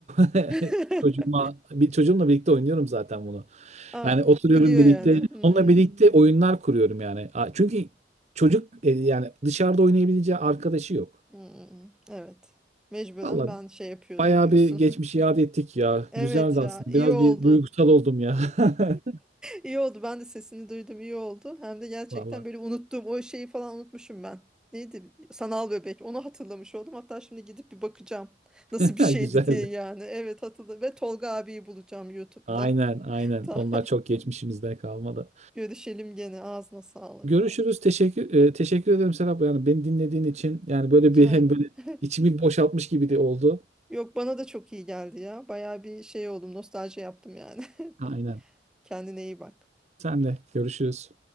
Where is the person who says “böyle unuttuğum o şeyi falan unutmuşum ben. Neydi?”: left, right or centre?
Centre